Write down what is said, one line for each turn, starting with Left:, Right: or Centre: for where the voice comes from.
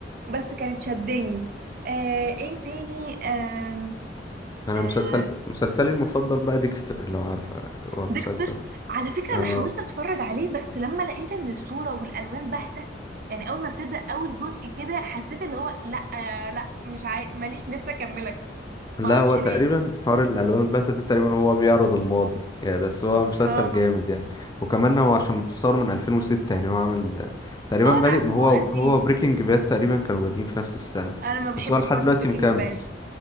Right: بس كانت شداني آه ايه تاني آم،
Left: انا
Right: آه،
Left: مسلسل مسلسلي المفضل بقى ديكستر لو عارفة هو مسلسل
Right: ديكستر على فكرة
Left: اه
Right: أنا حاولت أتفرج عليه بس لما لقيت إن الصورة والألوان باهتة يعني أول ما ابتدى أول جزء كده حسيت اللي هو لأ آه لأ مش عاي... ماليش نفسي أكملك
Left: لا
Right: معرفش
Left: هو
Right: ليه
Left: تقريبا حوار الالوان الباهتة ده تقريبا هو بيعرض الماضي يعني بس هو مسلسل
Right: اه
Left: جامد يعني وكمان هو عشان متصور من 2006 يعني هو عامل آه، تقريبا
Right: اه
Left: بادئ
Right: أنا عارفة
Left: ما
Right: إن
Left: هو
Right: هو قديم
Left: هو بريكنج باد تقريبا كانوا بادئين في نفس السنة
Right: أنا ما بحبش
Left: بس هو لحد
Right: برضو
Left: دلوقتي
Right: بريكنج
Left: مكمل
Right: باد